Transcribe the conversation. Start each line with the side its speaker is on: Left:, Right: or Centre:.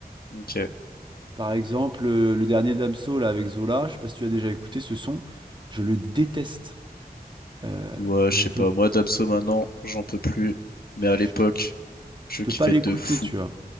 Left: Ok.
Right: Par exemple, euh, le dernier Damso là avec Zola, je sais pas si tu as déjà écouté ce son, je le déteste. Euh,
Left: Ouais,
Right: je
Left: je sais
Right: ne peux,
Left: pas. Moi, Damso, maintenant, j'en peux plus. Mais
Right: je,
Left: à l'époque,
Right: je-
Left: je
Right: je peux
Left: kiffais
Right: pas l'écouter,
Left: de fou.
Right: tu vois.